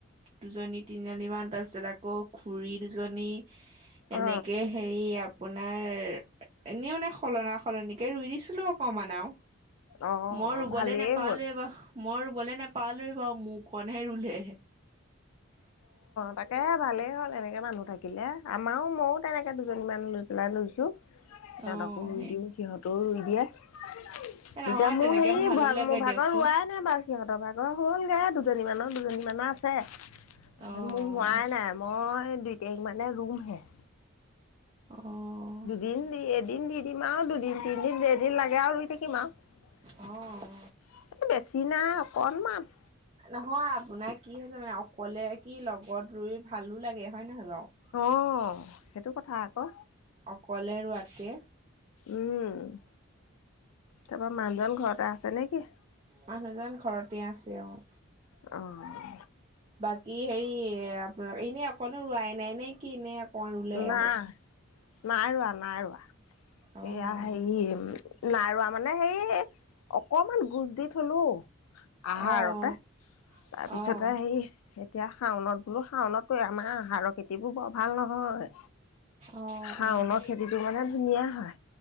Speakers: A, on the right (about 25°); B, on the left (about 85°).
A: দুজনী তিনিজনীমান, তাৰপিছত আকৌ খুৰি দুজনী। এনেকে
B: অ
A: হেৰি আ আপোনাৰ এনেও মিনে সলনা-সলনিকে ৰুই দিছিলোঁ অকমান আও।
B: অ অ
A: মই ৰুবলৈ
B: ভালেই
A: নোপালোৱেই।
B: হ'ল
A: মই ৰুৱলে নেপালোয়ে বাৰু মোৰ কনহে ৰুলে।
B: তাকেহে ভালেই হ'ল এনেকে মানুহ থাকিলে, আমাৰো মইয়ো তেনেকৈ দুজনীমান ৰুই পেলাই লৈছোঁ।
A: অ',
B: সিহঁতকো ৰুই
A: সেই
B: দিওঁ, সিহঁতেও ৰুই দিয়ে। এতিয়া
A: এ নহয়
B: মোৰ
A: তেনেকে
B: হেৰি,
A: ভালো লাগে
B: মোৰ ভাগৰ
A: দিয়কচোন।
B: ৰুৱাই নাই বাৰু। সিহঁতৰ ভাগৰ হ'লগৈ দুজনীমানৰ, দুজনীমানৰ আছে। তাৰপিছত
A: অ',
B: মোৰ হোৱাই নাই, মই দুই তাৰিখ মানে ৰুমহে।
A: অহ।
B: দুদিন দি, এদিন দি দিম আৰু দুদিন তিনিদিন যেইদিন লাগে আৰু ৰুই থাকিম আৰু।
A: অ',
B: এ বেছি নাই অকনমান।
A: নহয় আপোনাৰ কি হৈছে মানে, অকলে কি লগত ৰুই ভালো লাগে হয় নহয় বাৰু?
B: অহ, সেইটো কথা আকৌ।
A: অকলে ৰুৱাতকে।
B: উম, তাৰপৰা মানুহজন ঘৰতে আছে নেকি?
A: মানুহজন ঘৰতে আছে অহ।
B: অহ।
A: বাকী হেৰি আপোনা, এনেই অকনো ৰুৱাই নাই নেকি? নে অকমান ৰুলে
B: নাই,
A: আগত?
B: নাই ৰুৱা নাই ৰুৱা।
A: অ',
B: এইয়া হেৰি নাই ৰুৱা মানে সেইয়ে অকণমান গোজ দি থলো। আহাৰতে।
A: অ',
B: তাৰপিছতে
A: অ', অ',
B: সেই এতিয়া শাওনত বোলো, শাওনত আমাৰ আহাৰৰ খেতিবোৰ বৰ ভাল নহয়।
A: অ',
B: শাওনৰ খেতিটো মানে ধুনীয়া